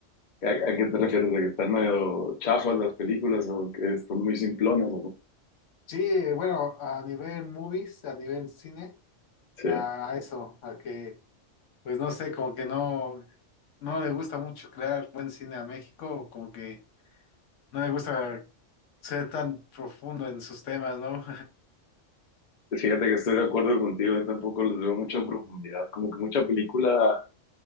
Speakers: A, on the left; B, on the left.
A: ¿A, a qué te refieres? ¿De que están medio chafas las películas o que son muy simplonas? o cómo?
B: Sí, eh, bueno, a nivel movies, a nivel cine,
A: Sí,
B: a a eso, a que, pues no sé, como que no, no le gusta mucho crear buen cine a México, como que no le gusta ser tan profundo en sus temas, ¿no?
A: fíjate que estoy de acuerdo contigo, yo tampoco les veo mucha profundidad, como que mucha película